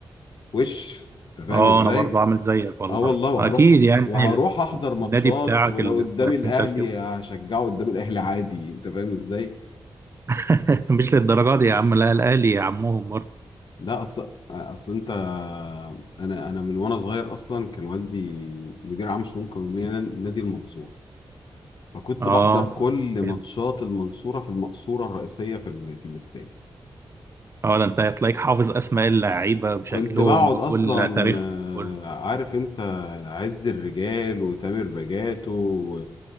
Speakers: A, on the left; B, on the right.
A: وش انت فاهم
B: اه
A: ازاي
B: أنا برضه عامل زيك والله
A: اه والله وهروح
B: أكيد يعني
A: وهروح
B: ال-
A: احضر ماتشات
B: النادي بتاعك
A: ولو
B: اللي
A: قدام
B: في
A: الاهلي
B: مدينتك
A: هشجعه قدام الاهلي عادي انت فاهم ازاي
B: <laughs> مش للدرجة دي يا عم لا الأهلي يا عمهم برضه
A: لا اصل اصل انت انا انا من وانا صغير اصلا كان والدي مدير عام شؤون قانونيه نا- نادي المنصوره فكنت
B: اه
A: بحضر كل
B: عشان
A: ماتشات
B: كده.
A: المنصوره في المقصوره الرئيسيه في ال... في الاستاد
B: اه ده انت هتلاقيك حافظ أسماء اللعيبة بشكلهم
A: كنت بقعد
B: بكل
A: اصلا
B: تاريخهم
A: آه،
B: كله
A: عارف انت عز الرجال وتامر بجاتو و...